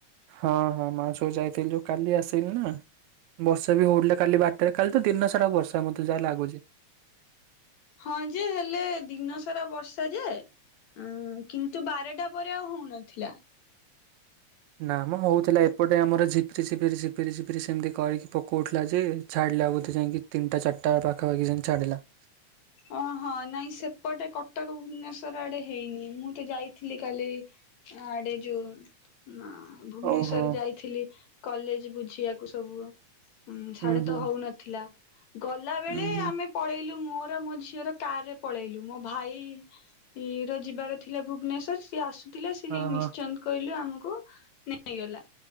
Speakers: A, on the right (about 80°); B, on the left (about 70°).
A: ହଁ, ହଁ, ମାଉସୀ ଯୋଉ ଯାଇଥିଲୁ କାଲି ଆସିଲି ନା। ବର୍ଷା ବି ହଉଢ଼ିଲା କାଲି ବାରଟାରେ କାଲି ତ ଦିନ ସାରା ବର୍ଷା ମତେ ଯାହା ଲାଗୁଚି।
B: ହଁ ଯେ ହେଲେ ଦିନ ସାରା ବର୍ଷା ଯେ। ଉଁ କିନ୍ତୁ ବାରଟା ପରେ ଆଉ ହଉନଥିଲା।
A: ନା ମ ହଉଥିଲା ଏପଟେ ଆମର ଝିପିରି, ଝିପରି, ଝିପରି, ଝିପିରି ସେମିତି କରିକି ପକଉଥିଲା ଯେ। ଛାଡ଼ିଲା ବୋଧେ ଯାଇଁକି ତିନିଟା ଚାରିଟା ପାଖାପାଖି ଯାଇଁକି ଛାଡ଼ିଲା।
B: ଓ ହଁ ନାଇଁ ସେପଟେ କଟକ ଭୁବନେଶ୍ଵର ଆଡେ ହେଇନି ମୁଁ ତ ଯାଇ ଥିଲି କାଲି ଆଁ ଡେ ଯୋଉ ମା ଭୁବନେଶ୍ଵର
A: ଓହୋ
B: ଯାଇଥିଲି। କଲେଜେ ବୁଝିବାକୁ ସବୁ ଉଁ
A: ହୁଁ
B: ସାଢେ
A: ହୁଁ
B: ତ ହଉନଥିଲା। ଗଲା ବେଳେ
A: ହୁଁ ହୁଁ
B: ଆମେ ପଳେଇଲୁ ମୋର ଆଉ ମୋ ଝିଅର କାର୍ ରେ ପଳେଇଲୁ ମୋ ଭାଇ। ଇ ର ଯିବାର ଥିଲା ଭୁବନେଶ୍ଵର ସିଏ ଆସୁ ଥିଲେ ସେ
A: ହଁ
B: ଯାଇଁ
A: ହଁ
B: ନିଶ୍ଚନ୍ତ କହିଲୁ ଆମକୁ ନେଇଗଲା।